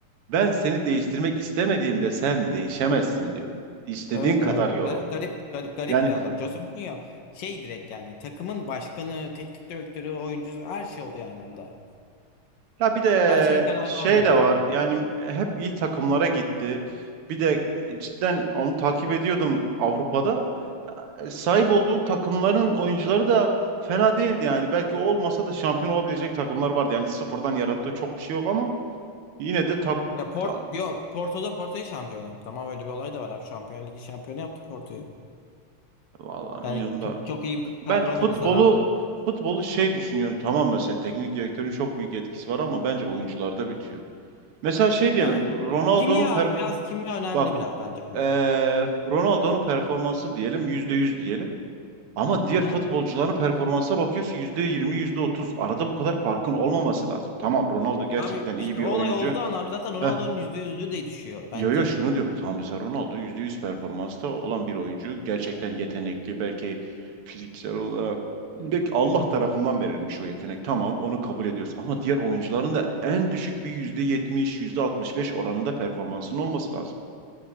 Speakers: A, on the right; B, on the left.
A: ben seni değiştirmek istemediğimde sen değişemezsin diyor. İstediğin
B: Öyle
A: kadar
B: öyle.
A: yorum.
B: Gar- Garip, garip, garip
A: Yani
B: bir adam. Jose Mourinho şey direkt yani takımın başkanı, teknik direktörü, oyuncusu her şey oluyor aynı anda.
A: ya bir de
B: Her şeyin kararını
A: şey
B: o veriyor.
A: de var. Yani hep iyi takımlara gitti. Bir de cidden onu takip ediyordum Avrupa'da. sahip olduğu takımların oyuncuları da fena değildi yani. Belki o olmasa da şampiyon olabilecek takımlar vardı. Yani sıfırdan yarattığı çok bir şey yok ama yine de tak,
B: Ya Port,
A: tak
B: yok Porto'da Porto'yu şampiyon yaptı. Ama öyle bir olay da var abi. Şampiyon Ligi şampiyonu yaptı Porto'yu.
A: vallahi
B: Yani
A: bilmiyorum
B: çok,
A: da.
B: çok iyi bir
A: Ben
B: kadro
A: futbolu
B: olmamasına rağmen.
A: futbolu şey düşünüyorum tamam mesela teknik direktörün çok büyük etkisi var ama bence oyuncularda bitiyor. Mesela şey diyelim
B: Ya bir-
A: Ronaldo'nun
B: kimya
A: perform
B: abi biraz kimya önemli
A: bak
B: biraz bence abi.
A: eee, Ronaldo'nun performansı diyelim %100 diyelim. Ama
B: Hı
A: diğer
B: hı.
A: futbolcuların performansa bakıyorsun yüzde yirmi yüzde otuz Arada bu kadar farkın olmaması lazım. Tamam Ronaldo gerçekten
B: Abi
A: iyi
B: işte
A: bir
B: o
A: oyuncu.
B: olay olduğu an abi zaten Ronaldo'nun
A: Heh,
B: yüzde yüzlüğü de düşüyor
A: yo
B: bence.
A: yo şunu diyorum. Tamam mesela Ronaldo %100 performansta olan bir oyuncu. Gerçekten yetenekli belki fiziksel olarak. Belki Allah tarafından verilmiş o yetenek. Tamam onu kabul ediyoruz. Ama diğer oyuncuların da en düşük bir yüzde yüzde yetmiş yüzde altmış beş oranında performansının olması lazım.